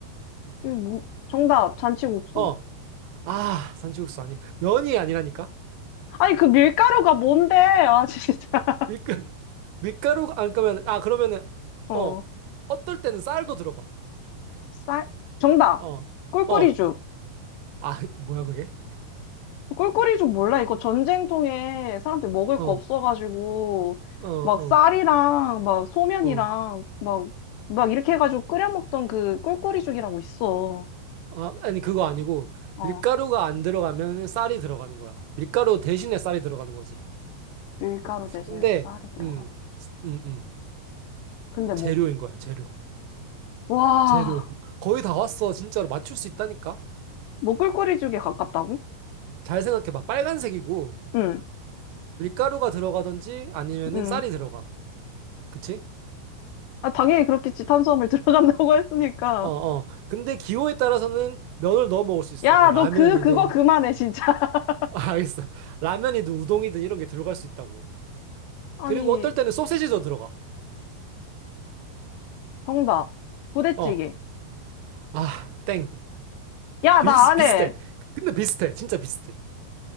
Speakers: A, on the left; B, on the right.
A: 이거 뭐- 정답, 잔치국수.
B: 어. 아 잔치국수 아니야. 면이 아니라니까.
A: 아니, 그 밀가루가 뭔데? 아, 진짜. <laughs>
B: 밀가 밀가루 안 그러면 아 그러면은
A: 어.
B: 어 어떨 때는 쌀도 들어가.
A: 쌀? 정답.
B: 어.
A: 꿀꿀이죽.
B: 어. 아 <laughs> 뭐야 그게?
A: 꿀꿀이죽 몰라. 이거 전쟁통에 사람들이 먹을
B: 어.
A: 거
B: 어.
A: 없어가지고,
B: 어.
A: 막 쌀이랑, 막 소면이랑,
B: 어.
A: 막, 막 이렇게 해가지고 끓여 먹던 그 꿀꿀이죽이라고 있어.
B: 아, 아니 그거 아니고
A: 어.
B: 밀가루가 안 들어가면 쌀이 들어가는 거야. 밀가루 대신에 쌀이 들어가는 거지.
A: 밀가루 대신에
B: 근데
A: 쌀이 들어가.
B: 음, 음, 음.
A: 근데
B: 재료인
A: 뭐.
B: 거야, 재료.
A: 와.
B: 재료. 거의 다 왔어. 진짜로 맞출 수 있다니까.
A: 뭐 꿀꿀이죽에 가깝다고?
B: 잘 생각해 봐. 빨간색이고
A: 응,
B: 밀가루가 들어가든지 아니면은
A: 응.
B: 쌀이 들어가. 그치?
A: 아, 당연히 그렇겠지. 탄수화물 <laughs> 들어간다고 했으니까.
B: 어, 어. 근데 기호에 따라서는 면을 넣어 먹을 수 있어.
A: 야,
B: 뭐 라면이든
A: 너 그, 그거 그만해, 진짜. <laughs>
B: <laughs> 아, 알겠어. 라면이든 우동이든 이런 게 들어갈 수 있다고.
A: 아니,
B: 그리고 어떨 때는 소세지도 들어가.
A: 정답. 부대찌개.
B: 어. 아, 땡.
A: 야,
B: 비슷,
A: 나 안
B: 비슷해.
A: 해.
B: 근데 비슷해. 진짜 비슷해.